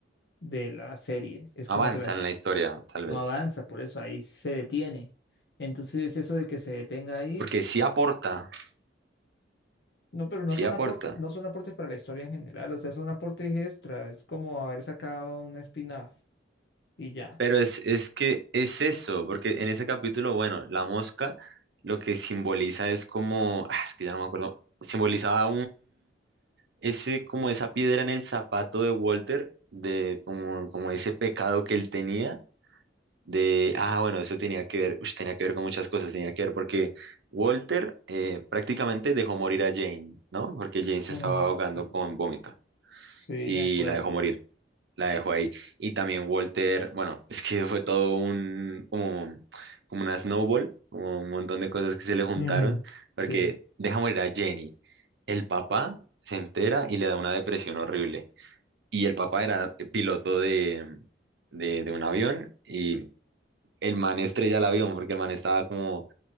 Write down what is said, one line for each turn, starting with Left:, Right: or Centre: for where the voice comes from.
Left: de la serie. Es
Right: Avanza
Left: como que las
Right: en la historia, tal
Left: no
Right: vez.
Left: avanza, por eso ahí se detiene. Entonces, eso de que se detenga ahí
Right: Porque sí aporta,
Left: No, pero no
Right: sí
Left: son
Right: aporta.
Left: aportes, no son aportes para la historia en general, o sea, son aportes extra, es como haber sacado un spin-off y ya.
Right: Pero es, es que es eso, porque en ese capítulo, bueno, la mosca lo que simboliza es como, ah, es que ya no me acuerdo, simbolizaba ese, como esa piedra en el zapato de Walter, de como, como ese pecado que él tenía, de, ah, bueno, eso tenía que ver, ush, tenía que ver con muchas cosas, tenía que ver porque Walter eh, prácticamente dejó morir a Jane, ¿no? Porque Jane se
Left: Oh,
Right: estaba ahogando
Left: sí,
Right: con vómito
Left: sí,
Right: y
Left: me acuerdo.
Right: la dejó morir la dejo ahí. Y también Walter, bueno, <laughs> es que fue todo un, como, como una snowball, como un montón de cosas que se le juntaron,
Left: Mm,
Right: porque
Left: sí,
Right: deja morir a Jenny. El papá se entera y le da una depresión horrible. Y el papá era piloto de, de, de un avión y el man estrella el avión porque el man estaba como